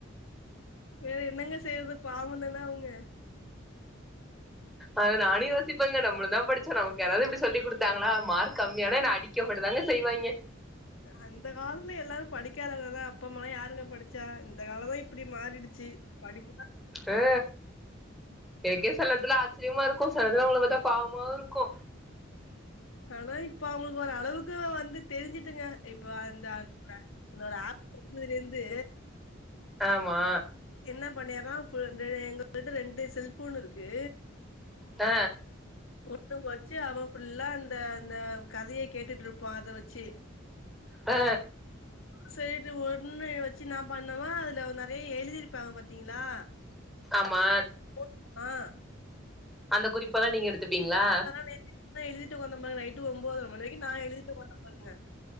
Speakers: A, on the left; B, in the centre.
A: வேற என்னங்க செய்றது பாவந்தான அவுங்க
B: அத நானு யோசிப்பங்க நம்மலு தா படுச்சொ நமக்கு யாராது இப்டி சொல்லி குடுத்தாங்களா மார்க் கம்மியானா என்ன அடி க்க மட்டுந்தாங்க செய்வாங்கெ
A: அந்த காலத்துல எல்லாரு படிக்காதவங்கதா அப்ப அம்மாலா யாருங்க படுச்சா இந்த காலதா இப் இப்டி மாறிடுச்சு படிப்பு தா
B: அ எனக்கே செல நேத்துல ஆச்சுரியமா இருக்கு சில நேரொ அவுங்கள பாத்தா பாவமா இருக்கு
A: ஆனா இப்ப அவங்களுக்கு ஒரு அளவுக்கு வந்து தெருஞ்சுட்டுங்க இப்ப அந்த <inaudible> ஆப் வந்ததுல இர்ந்து
B: ஆமா
A: என்ன பண்ணியரா <unintelligible> எங்கள்ட்ட ரெண்டு செல்ஃபோன் இருக்கு
B: அ
A: ஒன்னு வச்சு அவ ஃபுல்லா அந்த அந்த கதைய கேட்டுட்டு இருப்பா அத வச்சு
B: அ
A: செரின்ட்டு ஒன்னு வச்சு நா பண்ணவா அதுல நெறைய எழுதிருப்பாங்க பத்திங்களா
B: ஆமா
A: <inaudible>
B: அந்த குறிப்பெலா நீங்க எடுத்துப்பீங்ளா
A: அதெல்லா நேத்து நா எழுதிட்டு ஒக்காந்த பாருங்க நைட்டு ஒம்போதர மணி வர்க்கு நா எழுதிட்டு ஒக்காந்த பாருங்க